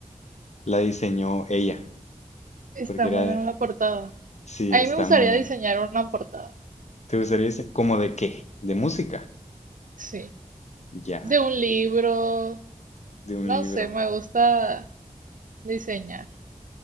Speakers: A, on the left (about 60°); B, on the right (about 80°).
A: la diseñó ella.
B: Está
A: Porque
B: muy
A: era,
B: buena la portada.
A: sí,
B: A
A: está
B: mí me gustaría
A: muy buena.
B: diseñar una portada.
A: ¿Te gustaría ese- como de qué? ¿De música?
B: Sí,
A: Ya.
B: de un libro.
A: ¿De un
B: No
A: libro?
B: sé, me gusta diseñar.